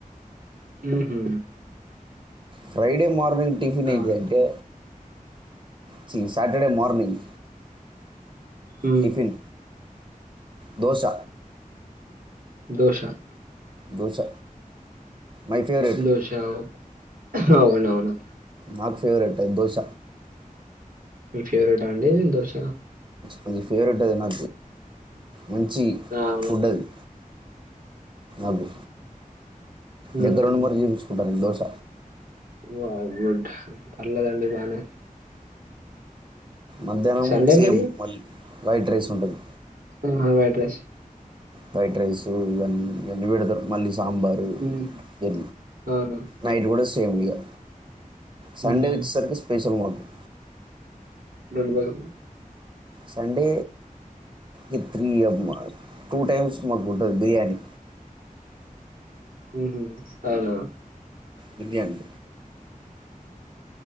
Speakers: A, on the right; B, on the right.
A: ఉహు
B: ఫ్రైడే మా మనింగ్ టిఫిన్
A: అవును.
B: ఏంటి అంటే చి సటర్డే మార్నింగ్
A: ఉ
B: tiffin dosa
A: dosa
B: dosa my favourite
A: దోష అవ్ అవునవును
B: నాకు ఫేవరెట్ అది దోశ
A: మీ ఫేవరెటా ఆ అండి దోష
B: కొంచం ఫేవెట్ అది నా మంచి
A: అవును.
B: ఫుడ్ అది అబు
A: హుహు.
B: దగ్గర ఉండి మరి చెప్పిచుకుంట మరి దోశ
A: వావ్ గుడ్ పర్లేదండి బానే
B: మధ్యాహ్నం
A: సండే
B: సేమ్
A: మరి?
B: మళ్ళీ వైట్ రైస్ ఉంటది
A: ఆహా వైట్ రైస్
B: ఫ్రైడ్ రైస్ ఇవన్ ఇవన్ని పెడతరు మళ్లీ సాంబారు
A: హ్మ్.
B: ఎ
A: అవును.
B: నైట్ కూడా సే సేమ్ ఇగా
A: హ్మ్.
B: సండే వచ్చేసరికి స్పెషల్ మాకు ఊ
A: రండి బ్రదర్
B: సండే ఇ త్రీ యంమ్మార్ టూ టైమ్స్ మాకు ఉంటది బిర్యానీ
A: ఉ హు అవున
B: biryani